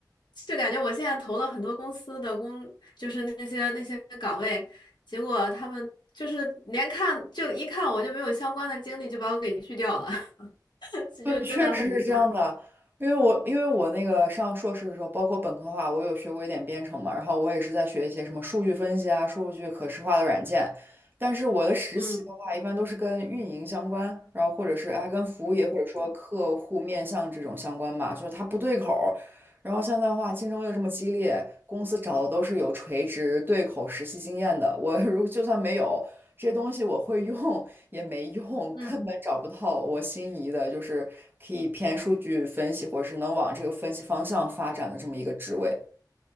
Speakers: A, on the left; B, on the right.
A: 就感觉我现在投了很多公司的工，就是那些那些岗位。结果他们就是连看就一看我就没有相关的经历，就把我给拒掉了，<laughs> 这就真的很惨。
B: 对，确实是这样的，因为我因为我那个上硕士的时候，包括本科的话，我有学过一点编程嘛，然后我也是在学一些什么数据分析啊、数据可视化的软件，但是我的实习的话，
A: 嗯
B: 一般都是跟运营相关，然后或者是啊跟服务业或者说客户面向这种相关吧，就是它不对口，然后现在的话，竞争又这么激烈，公司找的都是有垂直对口实习经验的。我 <laughs> 如就算没有这些东西，我会用也没用，
A: 嗯。
B: 根本找不到我心仪的，就是可以偏数据分析，或者是能往这个分析方向发展的这么一个职位。